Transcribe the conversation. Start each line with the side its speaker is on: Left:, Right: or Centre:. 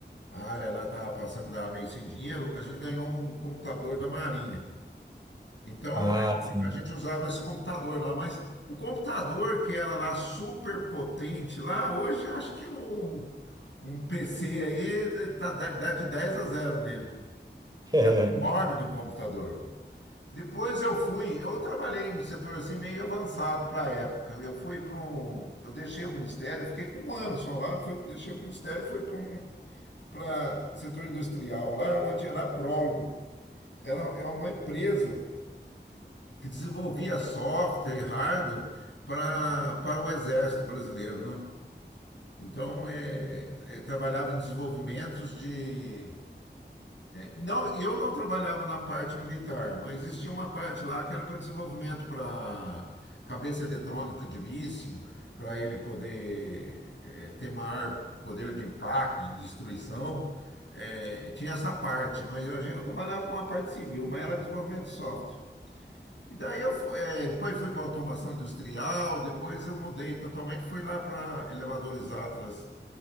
Left: a área lá estava passando tava meio sem dinheiro, a gente ganhou um computador da Marinha. Então
Right: Ah,
Left: é,
Right: sim.
Left: a gente usava esse computador lá, mas o computador que era lá super potente lá, hoje acho que um um PC aí tá, dá dá de 10 a zero nele.
Right: <laughs>
Left: Enorme de um computador. Depois eu fui, eu trabalhei no setor assim meio avançado para a época. Eu fui para um, eu deixei o ministério, fiquei com um ano só lá, foi, deixei o ministério, fui para um para setor industrial lá, onde era prólogo. Era, é uma empresa que desenvolvia software e hardware para para o exército brasileiro, né? Então, é, é, trabalhava em desenvolvimentos de Não, eu não trabalhava na parte militar, mas existia uma parte lá que era para desenvolvimento para cabeça eletrônica de míssil, para ele poder eh, ter maior poder de impacto, de destruição. Eh, tinha essa parte, mas eu, eu trabalhava com uma parte civil, mas era desenvolvimento de software. E daí eu fui, eh, depois fui para automação industrial, depois eu mudei totalmente, fui lá para elevadores Atlas